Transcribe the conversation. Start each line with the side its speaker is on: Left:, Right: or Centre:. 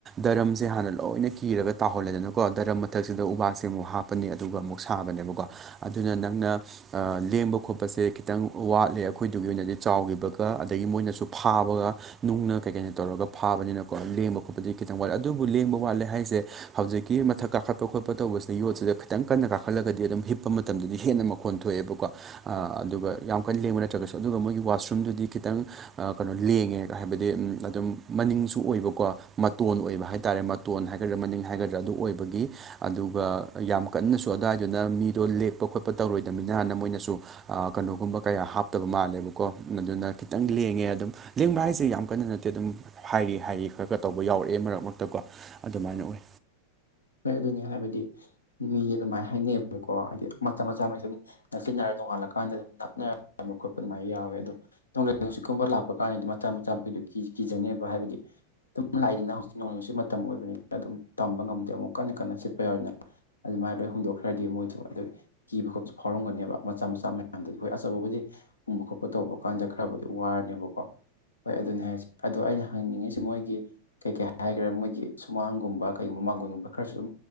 Right: ꯗꯔꯝꯁꯦ ꯍꯥꯟꯅ ꯂꯣꯏꯅ ꯀꯤꯔꯒ ꯇꯥꯎꯍꯜꯂꯦꯗꯅꯀꯣ ꯗꯔꯝ ꯃꯊꯛꯁꯤꯗ ꯎꯄꯥꯛꯁꯦ ꯑꯃꯨꯛ ꯍꯥꯞꯄꯅꯤ ꯑꯗꯨꯒ ꯑꯃꯨꯛ ꯁꯥꯕꯅꯦꯕꯀꯣ ꯑꯗꯨꯅ ꯅꯪꯅ ꯑꯥ ꯂꯦꯝꯕ ꯈꯣꯠꯄꯁꯦ ꯈꯤꯇꯪ ꯋꯥꯠꯂꯦ ꯑꯩꯈꯣꯏꯗꯨꯒꯤ ꯑꯣꯏꯅꯗꯤ ꯆꯥꯎꯈꯤꯕꯒ ꯑꯗꯒꯤ ꯃꯣꯏꯅꯁꯨ ꯐꯥꯕꯒ ꯅꯨꯡꯅ ꯀꯩ ꯀꯩꯅ ꯇꯧꯔꯒ ꯐꯥꯕꯅꯤꯅꯀꯣ ꯂꯦꯡꯕ ꯈꯣꯠꯄꯗꯤ ꯈꯤꯇꯪ ꯋꯥꯠꯂꯦ ꯑꯗꯨꯕꯨ ꯂꯦꯡꯕ ꯋꯥꯠꯂꯦ ꯍꯥꯏ ꯁꯦ ꯍꯧꯖꯤꯛꯀꯤ ꯃꯊꯛ ꯀꯥꯈꯠꯄ ꯈꯣꯠꯄ ꯇꯧꯕꯁꯤꯗ ꯌꯣꯠꯁꯤꯗ ꯈꯤꯇꯪ ꯀꯟꯅ ꯀꯥꯈꯠꯂꯒꯗꯤ ꯑꯗꯨꯝ ꯍꯤꯞ ꯇꯨꯝꯕ ꯃꯇꯝꯗꯗꯤ ꯍꯦꯟꯅ ꯃꯈꯣꯟ ꯊꯣꯛꯑꯦꯕꯀꯣ ꯑꯥ ꯑꯗꯨꯒ ꯌꯥꯝ ꯀꯟꯅ ꯂꯦꯡꯕ ꯅꯠꯇ꯭ꯔꯒꯁꯨ ꯑꯗꯨꯒ ꯃꯣꯏꯒꯤ ꯋꯥꯁꯔꯨꯝꯗꯨꯗꯤ ꯈꯤꯇꯪ ꯀꯩꯅꯣ ꯂꯦꯡꯉꯦ ꯍꯥꯏꯕꯗꯤ ꯑꯗꯨꯝ ꯃꯅꯤꯡꯁꯨ ꯑꯣꯏꯕꯀꯣ ꯃꯇꯣꯟ ꯑꯣꯏꯕ ꯍꯥꯏꯇꯥꯥꯔꯦ ꯃꯇꯣꯟ ꯍꯥꯏ ꯃꯅꯤꯡ ꯍꯥꯏꯒꯗ꯭ꯔꯥ ꯑꯗꯨ ꯑꯣꯏꯕꯒꯤ ꯑꯗꯨꯒ ꯌꯥꯝ ꯀꯟꯅꯁꯨ ꯑꯗꯨꯋꯥꯏꯗꯨꯅ ꯃꯤꯗꯣ ꯂꯦꯛꯄ ꯈꯣꯠꯄ ꯇꯧꯔꯣꯏꯗꯝꯅꯤꯅ ꯃꯣꯏꯅꯁꯨ ꯑꯥ ꯀꯩꯅꯣꯒꯨꯝꯕ ꯀꯌꯥ ꯍꯥꯞꯇꯕ ꯃꯥꯜꯂꯦꯕꯀꯣ ꯑꯗꯨꯅ ꯈꯤꯇꯪ ꯂꯦꯡꯉꯦ ꯑꯗꯨꯝ ꯂꯦꯡꯕ ꯍꯥꯏꯁꯦ ꯌꯥꯝ ꯀꯟꯅ ꯅꯠꯇꯦ ꯑꯗꯨꯝ ꯍꯥꯏꯔꯤ ꯍꯥꯏꯔꯤ ꯈꯔ ꯈꯔ ꯇꯧꯕ ꯌꯥꯎꯔꯛꯑꯦ ꯃꯔꯛ ꯃꯔꯛꯇꯀꯣ ꯑꯗꯨꯃꯥꯏꯅ ꯑꯣꯏ
Left: ꯍꯣꯏ ꯑꯗꯨꯅꯤ ꯍꯥꯏꯕꯗꯤ ꯃꯤꯗꯤ ꯑꯗꯨꯃꯥꯏꯅ ꯍꯥꯏꯅꯩꯌꯦꯕꯀꯣ ꯍꯥꯏꯗꯤ ꯃꯆꯥ ꯃꯆꯥ ꯃꯩꯁꯨ ꯑꯗꯨꯝ ꯅꯛꯁꯤꯟꯅꯔ ꯅꯣꯡꯉꯥꯜꯂꯀꯥꯟꯗ ꯑꯗꯨꯝ ꯑꯗꯨꯃꯥꯏꯅ ꯌꯥꯎꯋꯦ ꯑꯗꯨꯝ ꯅꯣꯡꯂꯩ ꯅꯨꯡꯁꯤꯠ ꯀꯨꯝꯕ ꯂꯥꯛꯄ ꯀꯥꯟꯗꯗꯤ ꯃꯆꯥ ꯃꯆꯥ ꯃꯈꯩꯗꯣ ꯀꯤ ꯀꯤꯖꯅꯦꯕ ꯍꯥꯏꯕꯗꯤ ꯑꯗꯨꯝ ꯂꯥꯛꯏꯗꯅ ꯍꯧꯖꯤꯛ ꯅꯣꯡꯂꯩ ꯅꯨꯡꯁꯤꯠ ꯃꯇꯝ ꯑꯣꯏꯕꯅꯤꯅ ꯑꯗꯨꯝ ꯇꯝꯕ ꯉꯝꯗꯦ ꯑꯃꯨꯛ ꯀꯟꯅ ꯀꯟꯅ ꯁꯤꯠꯄ ꯌꯥꯎꯋꯅꯤꯅ ꯑꯗꯨꯃꯥꯏꯅ ꯂꯣꯏ ꯍꯨꯝꯗꯣꯛꯈ꯭ꯔꯗꯤ ꯃꯣꯏꯁꯨ ꯑꯗꯨꯒꯤ ꯀꯤꯕ ꯈꯣꯠꯄꯁꯨ ꯐꯥꯎꯔꯝꯒꯅꯦꯕ ꯃꯆꯥ ꯃꯆꯥ ꯃꯌꯥꯝꯗꯗꯤ ꯍꯣꯏ ꯑꯆꯧꯕꯕꯨꯗꯤ ꯇꯨꯝꯕ ꯈꯣꯠꯄ ꯇꯧꯕ ꯀꯥꯟꯗ ꯈꯔꯕꯨꯗꯤ ꯋꯥꯔꯅꯦꯕꯀꯣ ꯍꯣꯏ ꯑꯗꯨꯅꯤ ꯍꯥꯏꯁꯦ ꯑꯗꯣ ꯑꯩꯅ ꯍꯪꯅꯤꯡꯉꯤꯁꯦ ꯃꯣꯏꯒꯤ ꯀꯩ ꯀꯩ ꯍꯥꯏꯈ꯭ꯔꯦ ꯃꯣꯏꯒꯤ ꯁꯨꯃꯥꯡꯒꯨꯝꯕ ꯀꯩꯒꯨꯝꯕ ꯃꯥꯡꯒꯣꯟꯒꯨꯝꯕ ꯈꯔꯁꯨ ꯑꯗꯨꯝ